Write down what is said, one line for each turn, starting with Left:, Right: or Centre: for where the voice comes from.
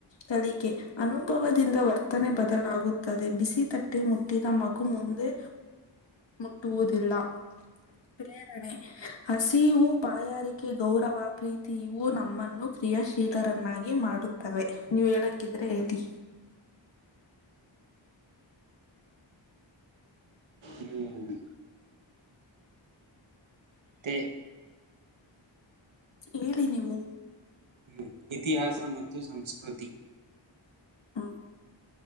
Left: ಕಲಿಕೆ ಅನುಭವದಿಂದ ವರ್ತನೆ ಬದಲಾಗುತ್ತದೆ ಬಿಸಿ ತಟ್ಟಿ ಮುಟ್ಟಿದ ಮಗು ಮುಂದೆ ಮುಟ್ಟುವುದಿಲ್ಲ ಪ್ರೇರಣೆ ಹಸಿವು ಬಾಯಾರಿಕೆ ಗೌರವ ಪ್ರೀತಿ ಇವು ನಮ್ಮನ್ನು ಕ್ರಿಯಾಶೀಲರನ್ನಾಗಿ ಮಾಡುತ್ತವೆ ನೀವ್ ಹೇಳಂಗಿದ್ರೆ ಹೇಳಿ
Right: ಹ್ಮ್ ತೆ
Left: ಹೇಳಿ ನೀವು
Right: ಹ್ಮ್ ಇತಿಹಾಸ ಮತ್ತು ಸಂಸ್ಕೃತಿ
Left: ಹ